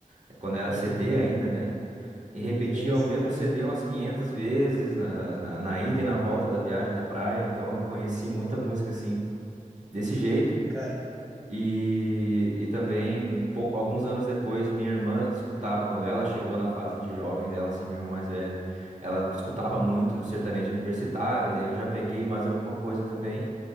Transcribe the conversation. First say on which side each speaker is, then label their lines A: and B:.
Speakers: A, on the right; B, on the right.
A: eh, quando era
B: Uhum.
A: CD ainda, né? E repetia
B: Sim,
A: o
B: sim.
A: mesmo
B: <laughs>
A: CD umas 500 vezes na, na, na ida e na volta da viagem da praia. Então eu conheci muita música assim, desse jeito.
B: O Cara.
A: E, e também, pouco- alguns anos depois, minha irmã escutava, quando ela chegou na fase de jovem dela, assim, minha irmã mais velha, ela escutava
B: Uhum.
A: muito sertanejo universitário, daí eu já peguei mais alguma coisa também.